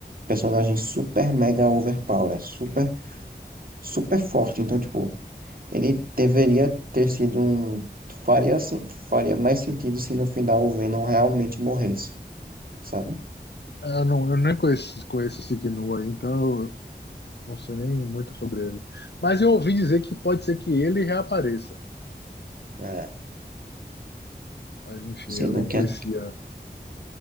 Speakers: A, on the right; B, on the left.
A: personagem super mega overpower, super super forte. Então, tipo, ele deveria ter sido um. Faria, sen- faria mais sentido se no final o Venom realmente morresse, sabe?
B: Ah, Eu, não, eu nem conheço, conheço esse Kinu aí, então eu não sei nem muito sobre ele. Mas eu ouvi dizer que pode ser que ele reapareça.
A: É.
B: Mas enfim,
A: Sendo
B: eu não
A: que
B: conhecia.
A: a-